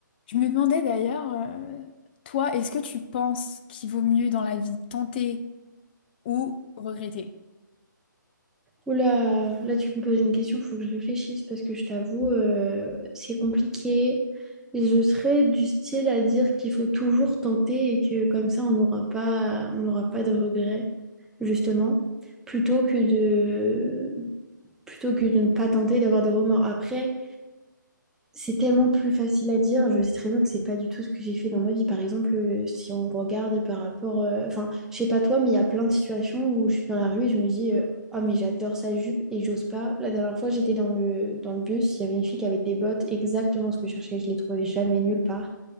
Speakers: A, on the left (about 30°); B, in the centre.
A: Je me demandais d'ailleurs, euh, toi, est-ce que tu penses qu'il vaut mieux dans la vie tenter ou regretter?
B: Oula, là tu me poses une question, il faut que je réfléchisse parce que je t'avoue, euh, c'est compliqué. Et je serais du style à dire qu'il faut toujours tenter et que comme ça on n'aura pas, on n'aura pas de regrets, justement, plutôt que de, plutôt que de ne pas tenter d'avoir des remords. Après, c'est tellement plus facile à dire. Je sais très bien que c'est pas du tout ce que j'ai fait dans ma vie. Par exemple, euh, si on regarde par rapport, euh, enfin, je sais pas toi, mais il y a plein de situations où je suis dans la rue et je me dis, euh, oh mais j'adore sa jupe et j'ose pas. La dernière fois, j'étais dans le dans le bus, il y avait une fille qui avait des bottes exactement ce que je cherchais. Je les trouvais jamais nulle part.